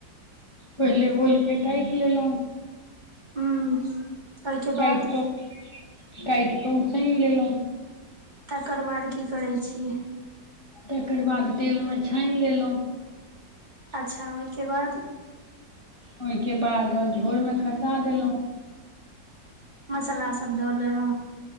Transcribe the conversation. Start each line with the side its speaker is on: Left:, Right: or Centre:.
Left: पहिले ओलके काटि लेलहुँ
Right: हूंम्म ओहिके
Left: काटि
Right: बाद
Left: कऽ काटि कऽ उसैन लेलहुँ
Right: तकर बाद की करै छी
Left: तकर बाद तेलमे छानि लेलहुँ
Right: अच्छा ओहिके बाद
Left: ओहिके बाद झोरमे खसा देलहुँ
Right: मसाला सब द लेलौं